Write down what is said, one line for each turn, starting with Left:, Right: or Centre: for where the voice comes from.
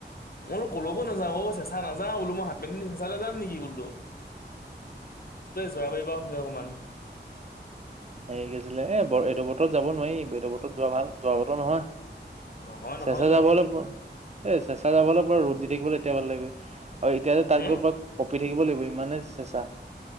Left: মোৰ কলোকো নাযাওঁ অ', চেঁচা নাযাওঁ‌‌ বোলো হাফ পেন্ট পিন্ধি চেঁচালে যাম নি মই বোলোঁ চৰাইবাৰিৰ আহোগৈ অকণমান।
Right: হেৰি কি আছিলে এ, বৰ এইটো বতৰত যাব নোৱাৰি, এইটো বতৰত যোৱা ভাল যোৱা বতৰ নহয়।
Left: নহয় নহয়
Right: চেঁচা
Left: যোৱা
Right: যাবলৈ
Left: তই
Right: এ, চেচাঁ যাবলৈ পুৰা ৰ'দ দি থাকিবলৈ এতিয়া ভাল লাগিব আৰু এতিয়া তাত
Left: উম,
Right: গৈ পুৰা কঁপি থাকিব লাগিব। ইমানে চেঁচা